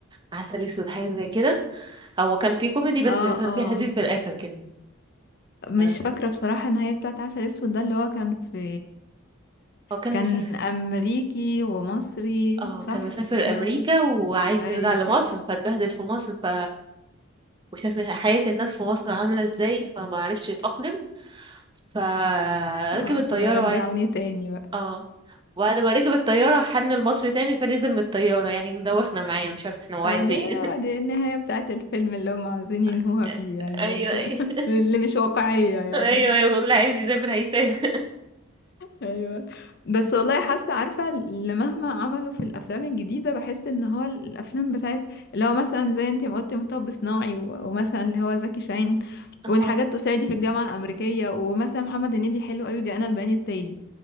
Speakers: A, on the right; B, on the left.
A: عسل اسود حاجه زي كده هو كان في كوميدي بس
B: اه
A: كان
B: اه
A: في حزين في الاخر كده
B: مش
A: أنا مش
B: فاكرة
A: فاكرة.
B: بصراحة النهاية بتاعت عسل اسود ده اللي هو كان في
A: هو كان
B: كان
A: مسافر
B: امريكي ومصري
A: اه
B: صح
A: كان مسافر
B: مش ده
A: امريكا
B: هو ده
A: وعايز
B: ايوه
A: يرجع لمصر فاتبهدل في مصر ف وشاف حياة الناس في مصر عاملة ازاي فما عرفش يتأقلم فركب
B: اه
A: الطيارة
B: فلو رجعوني
A: وعايز
B: تاني بقى
A: اه وبعد ما ركب الطيارة حن لمصر تاني فنزل من الطيارة يعني مدوخنا معايا مش عارفة احنا هو عايز
B: اه ده
A: ايه
B: دي النهاية بتاعة الفيلم اللي هم عاوزين ينهوها
A: <laughs>
B: فيه يعني
A: ايوه
B: بس
A: ايوه
B: <laughs> اللي مش واقعية
A: <laughs>
B: يعني
A: ايوه ايوه اللي عايز يسافر هيسافر
B: ايوه بس والله حاسة عارفة اللي مهما عملوا في الافلام الجديدة بحس ان هو الافلام بتاعت اللي هو مثلا زي انتي ما قلتي مطب صناعي و- ومثلا اللي هو زكي شاهين
A: <laughs> اه
B: والحاجات تساعدي في الجامعة الامريكية ومثلا محمد هنيدي حلو قوي جاءنا البيان التالي